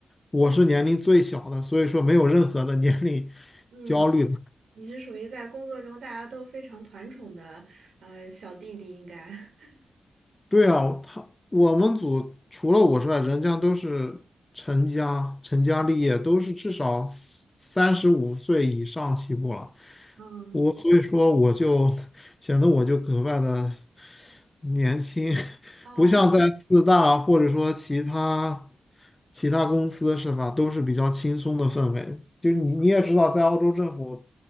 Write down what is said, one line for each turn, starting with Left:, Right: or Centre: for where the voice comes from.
Left: 我是年龄最小的，所以说没有任何的 <laughs> 年龄
Right: 嗯，
Left: 焦虑的
Right: 你是属于在工作中大家都非常团宠的呃小弟弟，应该。<laughs>
Left: 对啊，他我们组除了我之外，人家都是成家成家立业，都是至少三十五岁以上起步了。
Right: 嗯，
Left: 我所以说我就显得我就格外的年轻，<laughs>
Right: 哦，
Left: 不像在四大或者说其他其他公司是吧，都是比较轻松的氛围。就是你你也知道，在澳洲政府